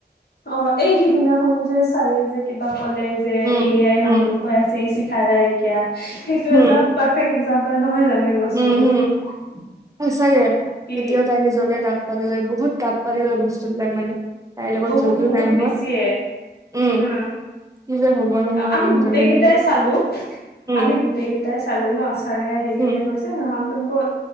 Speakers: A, on the left (about 65°); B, on the right (about 20°).
A: অঁ এই সিদিনাখন যে ছাৰে যে কিবা কলে যে
B: উম,
A: এয়াই হামডুম
B: উম,
A: কৈ আছে। নাই সেইটো
B: হুম,
A: এটা পাৰফেক্ট এক্জাম্পল নহয় জানো, এই- বস্তুটো
B: উম হুম সচাকে
A: কি
B: এতিয়াও তাই নিজকে গাত- পাতিলৰ বহুত তাঁত পাতিলোৱা বস্তুবিলাক মানে- তাইৰ লগত
A: বহু
B: যদিও
A: বহুত
B: নাই হোৱা
A: বেছিয়ে
B: উম,
A: হা
B: কি যে হ'ব নহয়
A: আমি
B: মানুহজনীৰ
A: গোটেই কেইটাই
B: মানে।
A: চালো।
B: উম,
A: আমি গোটেই কেইটাই চালো ন ছাৰে আহি
B: উম।
A: কেনে কৈছে। তুমকো